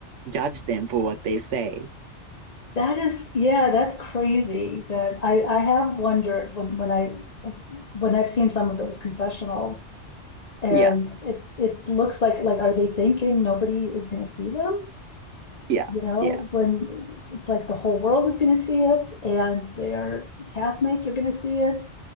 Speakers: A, on the right; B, on the left.
A: judge them for what they say?
B: That is yeah, that's crazy that I I have wondered when when I when I've seen some of those confessionals And
A: Yeah,
B: it, it looks like, like, are they thinking nobody is gonna see them?
A: yeah,
B: You know,
A: yeah,
B: when it's like the whole world is gonna see it and their castmates are gonna see it.